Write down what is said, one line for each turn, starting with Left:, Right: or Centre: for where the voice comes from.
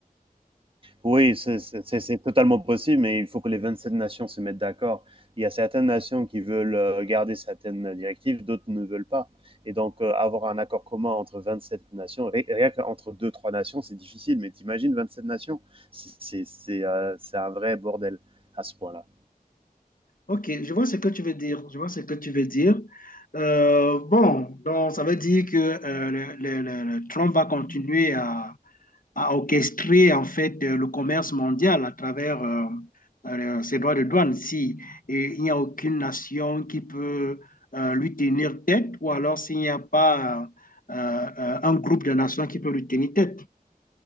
Right: Oui, c'est c'est, c'est totalement possible, mais il faut que les 27 nations se mettent d'accord. Il y a certaines nations qui veulent euh, garder certaines directives, d'autres ne veulent pas. Et donc, euh, avoir un accord commun entre 27 nations, rien qu'entre deux trois nations, c'est difficile, mais t'imagines 27 nations, c'est c'est, c'est, euh, c'est un vrai bordel à ce point-là.
Left: Ok, je vois ce que tu veux dire. Je vois ce que tu veux dire. Euh, bon, donc ça veut dire que euh, le, le, le, le Trump va continuer à, a orchestré en fait euh, le commerce mondial à travers euh, euh, ses droits de douane. Si et il n'y a aucune nation qui peut euh, lui tenir tête, ou alors s'il n'y a pas euh, euh, un groupe de nations qui peut lui tenir tête.